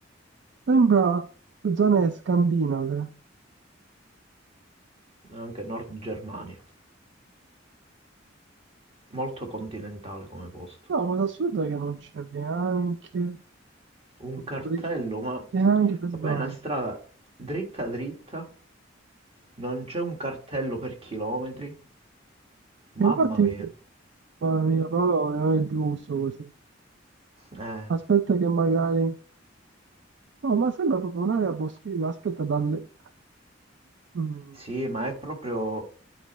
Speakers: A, on the right; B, on the right.
A: sembra zone scandinave,
B: Anche Nord Germania. Molto continentale come posto.
A: no, la cosa assurda è che non c'è neanche
B: Un
A: un
B: cartello,
A: bridge,
B: ma...
A: neanche per sbaglio,
B: ma poi è una strada dritta dritta, non c'è un cartello per chilometri. Mamma
A: E infatti,
B: mia.
A: mamma mia, però non è giusto così,
B: Eh,
A: aspetta che magari, no, ma sembra proprio un'area boschiva, aspetta dalle... mm.
B: sì, ma è proprio...